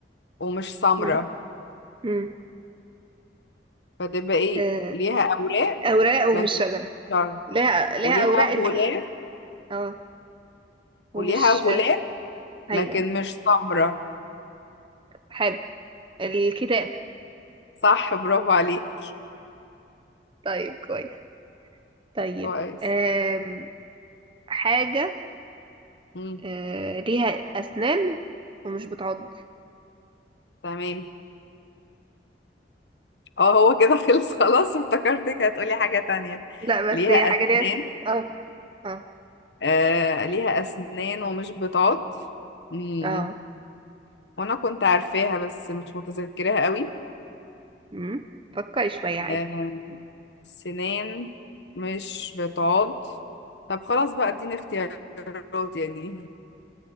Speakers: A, on the left; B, on the right.
A: ومش سمرة
B: مم. مم.
A: فتبقى ايه
B: آه،
A: ليها أوراق
B: أوراق ومش
A: لكن
B: شجرة
A: مش شجرة
B: ليها ليها
A: وليها
B: أوراق
A: غلاف
B: ال... اه ومش
A: وليها غلاف
B: آه، أيوه
A: لكن
B: أيوه
A: مش سمرة
B: حلو الكتاب
A: صح برافو عليك
B: طيب كويس طيب
A: كويس
B: آم، حاجة
A: مم.
B: آه، ليها أسنان ومش بتعض
A: تمام اه هو كده خلص <laughs> خلاص افتكرتك هتقولي حاجة تانية
B: لا
A: ليها
B: بس هي حاجة ليها
A: أسنان
B: أسنان اه اه
A: آه ليها أسنان ومش بتعض مم،
B: اه
A: وأنا كنت عارفاها بس مش متذكراها قوي
B: مم. فكري شوية عادي
A: آه سنان مش بتعض طب خلاص بقى اديني اختيارات يعني